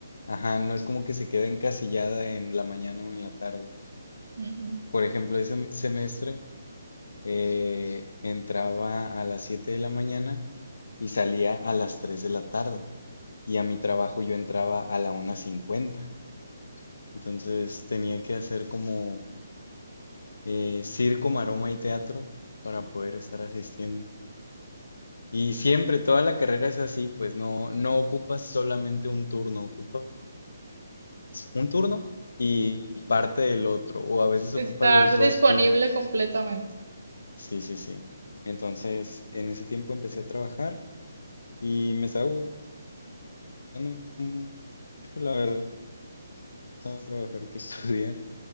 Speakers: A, on the left (about 80°); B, on the right (about 75°).
A: Ajá, no es como que se queda encasillada en la mañana o en la tarde.
B: Ujú.
A: Por ejemplo, ese semestre eh, entraba a las 7 de la mañana y salía a las 3 de la tarde. Y a mi trabajo yo entraba a la una cincuenta Entonces tenía que hacer como eh, circo, maroma y teatro para poder estar asistiendo. Y siempre, toda la carrera es así, pues no, no ocupas solamente un turno, ocupas un turno y parte del otro, o a veces
B: Estar
A: ocupas los
B: disponible
A: dos turnos.
B: completamente.
A: Sí, sí, sí. Entonces, en ese tiempo empecé a trabajar. Y me estaba gustando mucho, la verdad, más trabajar que <laughs> estudiar.